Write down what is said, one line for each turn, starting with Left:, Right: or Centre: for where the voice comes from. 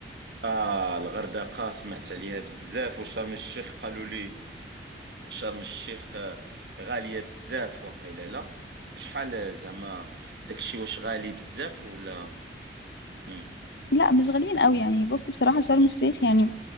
Right: آه الغردقة سمعت عليها بزاف وشرم الشيخ قالوا لي شرم الشيخ آه، غالية بزاف وقيلا لا بشحال آه، زعما داكشي واش غالي بزاف ولا مم.
Left: لا مش غاليين قوي يعني بص بصراحة شرم الشيخ يعني